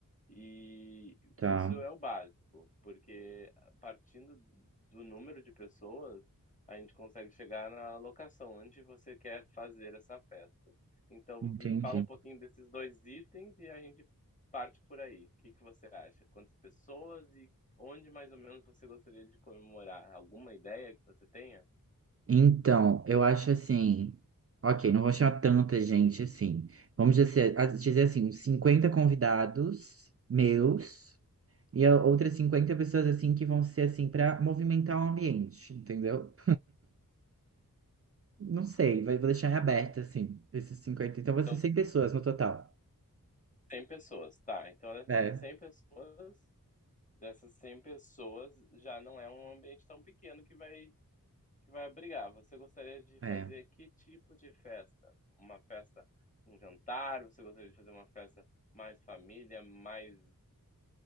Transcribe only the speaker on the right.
tá,
entendi.
Então, eu acho assim. Ok, não vou chamar tanta gente assim. Vamos dizer, a- dizer assim, uns 50 convidados meus e a- outras 50 pessoas assim que vão ser assim para movimentar o ambiente, entendeu? Não sei, vai- vou deixar em aberto assim, esses cinquenta Então,
vão ser 100 pessoas no total.
É,
é.